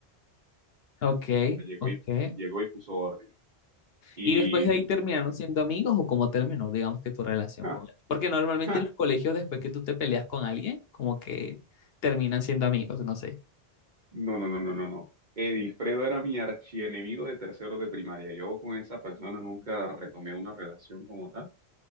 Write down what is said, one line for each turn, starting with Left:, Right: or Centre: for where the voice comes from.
Left: Ok,
Right: O sea, llegó
Left: ok.
Right: y, llegó y puso orden. Y
Left: Y después de ahí terminaron
Right: dicen,
Left: siendo amigos o cómo terminó, digamos que tu relación
Right: <laughs>
Left: con él. Porque normalmente
Right: "Ja, ja,
Left: en los colegios, después que tú te peleas con alguien, como que terminan siendo amigos, no sé.
Right: no, no, no, no, no, no. Edilfredo era mi archienemigo de tercero de primaria. Yo con esa persona nunca retomé una relación como tal.